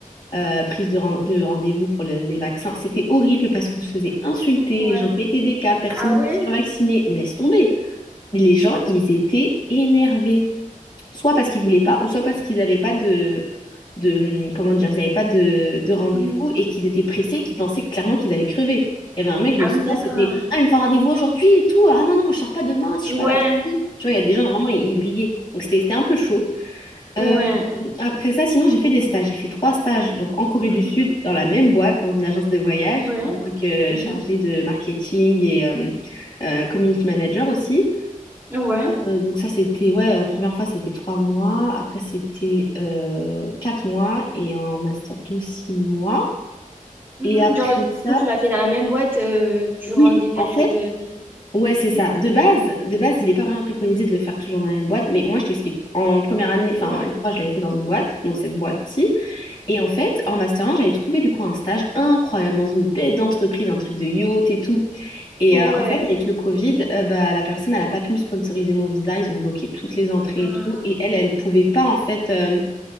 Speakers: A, on the left; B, on the right.
A: euh, prise de, ren- de rendez-vous pour le- les vaccins. C'était horrible parce qu'on se faisait insulter,
B: Ouais.
A: les gens pétaient des cas, personne
B: Ah
A: ne voulait
B: ouais?
A: se faire vacciner. Mais laisse tomber, les gens, ils étaient énervés soit parce qu'ils voulaient pas, ou soit parce qu'ils n'avaient pas de, de, comment dire, ils n'avaient pas de, de rendez-vous
B: Mhm.
A: et qu'ils étaient pressés, qu'ils pensaient clairement qu'ils allaient crever. Il y avait un mec, je
B: Ah
A: m'en souviens,
B: oui, d'accord.
A: c'était Ah, il me faut un rendez-vous aujourd'hui et tout. Ah non, non, moi je sors pas demain si je suis
B: Ouais,
A: pas vaccinée. Tu vois, il y a des gens vraiment, ils, ils vrillaient. Donc c'était c'était un peu chaud.
B: ouais,
A: Euh, après ça, sinon, j'ai fait des stages. J'ai fait trois stages, donc en Corée
B: Mhm.
A: du Sud, dans la même boîte, dans une agence de voyage,
B: ouais.
A: en tant que
B: mhm,
A: chargée de marketing et euh, euh, community manager aussi.
B: Ouais.
A: Euh, donc ça, c'était, ouais, euh, première fois, c'était trois mois. Après, c'était euh, quatre mois. Et en master 2 six mois.
B: Mhm.
A: Et après
B: Genre, du
A: ça,
B: coup, tu l'as fait dans la même boîte euh, durant
A: oui,
B: des périodes.
A: en fait,
B: euh,
A: ouais, c'est
B: Mhm.
A: ça. De base, de base, il n'est pas vraiment préconisé de le faire toujours dans la même boîte. Mais moi, je t'explique. En première année, enfin,
B: Ouais.
A: en L3, je l'avais fait dans une boîte, donc cette boîte-ci. Et en fait, en master un j'avais trouvé du coup un stage incroyable dans une bête d'entreprise, un truc de yacht et tout. Et
B: Ouais.
A: euh, en fait, avec le Covid, euh, bah, la personne, elle n'a pas pu me sponsoriser mon visa. Ils ont bloqué toutes les entrées
B: Ah,
A: et tout. Et elle, elle pouvait pas, en fait, euh,